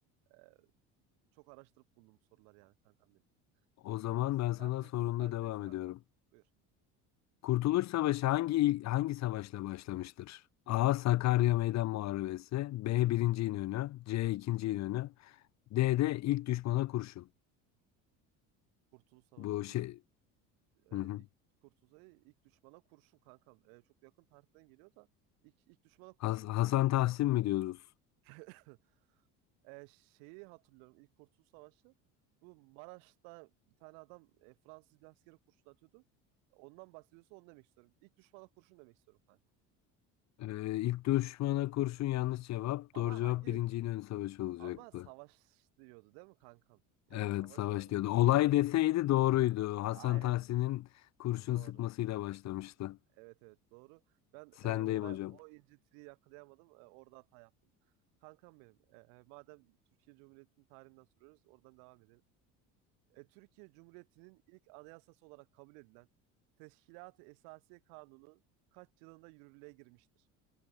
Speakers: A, on the right; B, on the left.
A: Ee, çok araştırıp buldum bu soruları yani kankam benim.
B: O zaman
A: Tamam sendeyiz,
B: ben sana sorumla
A: sendeyiz
B: devam
A: kankam.
B: ediyorum.
A: Buyur.
B: Kurtuluş Savaşı hangi hangi savaşla başlamıştır? A. Sakarya Meydan Muharebesi B. Birinci İnönü C. İkinci İnönü D de ilk düşmana kurşun.
A: Kurtuluş Savaşı
B: Bu
A: ilk,
B: şey
A: e,
B: Hı hı.
A: ilk Kurtuluş Savaşı ilk düşmana kurşun kankam. E, çok yakın tarihten geliyor da ilk, ilk düşmana kurşun
B: Has- Hasan
A: mu? <laughs>
B: Tahsin mi diyoruz?
A: <coughs> E, şeyi hatırlıyorum ilk Kurtuluş Savaşı. Bu Maraş'ta bir tane adam e, Fransız bir askere kurşun atıyordu. Ondan bahsediyorsa onu demek istiyorum. İlk düşmana kurşun demek istiyorum kanka.
B: Ee, ilk düşmana kurşun yanlış cevap.
A: Ama
B: Doğru cevap
A: hangi
B: Birinci İnönü Savaşı olacaktı.
A: Ama savaş diyordu değil mi kankam? Yani
B: Evet
A: savaş
B: savaş
A: diyordu.
B: diyordu. Olay
A: Hmm.
B: deseydi doğruydu.
A: Aa,
B: Hasan
A: evet.
B: Tahsin'in kurşun
A: Doğru.
B: sıkmasıyla başlamıştı.
A: Evet evet doğru. Ben
B: Sendeyim
A: e, oraya
B: hocam.
A: o incitiliği yakalayamadım. E, orada hata yaptım. Kankam benim. e, e, madem Türkiye Cumhuriyeti'nin tarihinden soruyoruz oradan devam edelim. E, Türkiye Cumhuriyeti'nin ilk anayasası olarak kabul edilen Teşkilat-ı Esasiye Kanunu kaç yılında yürürlüğe girmiştir?